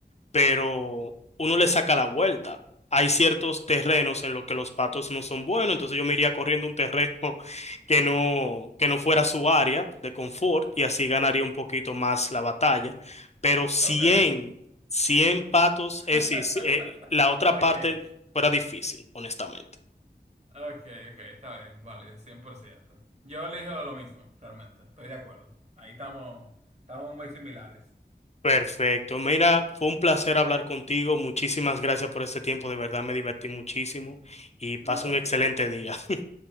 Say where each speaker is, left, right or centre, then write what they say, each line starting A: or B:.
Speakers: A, on the left; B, on the right.
A: pero uno le saca la vuelta. Hay ciertos terrenos en los que los patos no son buenos, entonces yo me iría corriendo un terreno <laughs> que no, que no fuera su área de confort y así ganaría un poquito más la batalla. Pero cien
B: Ok.
A: 100 patos,
B: <laughs>
A: es, decir, si- eh, la otra
B: Ok,
A: parte fuera difícil, honestamente.
B: ok, ok, está bien, válido, cien por ciento Yo elijo lo mismo, realmente, estoy de acuerdo. Ahí estamos, estamos muy similares.
A: Perfecto. Mira, fue un placer hablar contigo. Muchísimas gracias por este tiempo. De verdad me divertí muchísimo y pasa
B: No,
A: un excelente
B: sí.
A: día. <laughs>